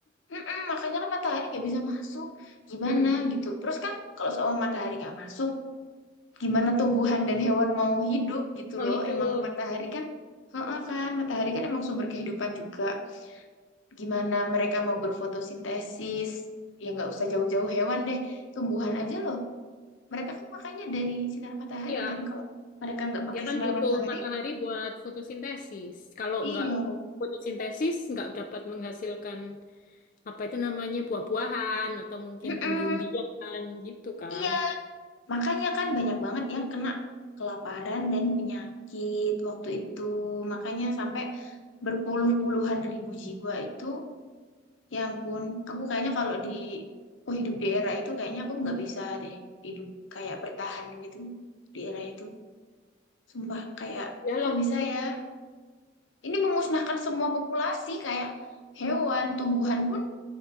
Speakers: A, on the left; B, on the left.
A: mm-mm, makanya kan matahari nggak bisa masuk. Gimana
B: Hmm.
A: gitu. Terus kan kalau soal matahari nggak masuk, gimana tumbuhan dan hewan mau hidup gitu
B: Mau
A: loh.
B: hidup.
A: Emang matahari kan Heeh kan, matahari kan emang sumber kehidupan juga. gimana mereka mau berfotosintesis ya nggak usah jauh-jauh hewan deh tumbuhan aja loh mereka kan makannya dari sinar matahari
B: Ya,
A: kan kalau mereka nggak pakai
B: Dia kan
A: sinar
B: butuh
A: matahari
B: matahari buat fotosintesis. Kalau
A: iya
B: nggak fotosintesis, nggak dapat menghasilkan apa itu namanya buah-buahan atau mungkin
A: Mm-mm.
B: umbi-umbian gitu kan.
A: iya makanya kan banyak banget yang kena kelaparan dan penyakit waktu itu makanya sampai berpuluh-puluhan ribu jiwa itu ya ampun aku kayaknya kalau di oh hidup di era itu kayaknya aku nggak bisa deh hidup kayak bertahan gitu di era itu Sumpah kayak
B: ya lah
A: kok bisa ya? Ini memusnahkan semua populasi kayak hewan, tumbuhan pun.